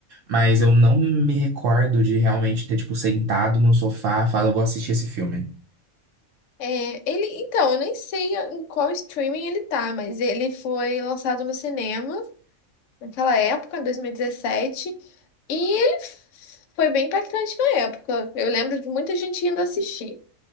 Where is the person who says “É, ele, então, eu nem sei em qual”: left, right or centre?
Left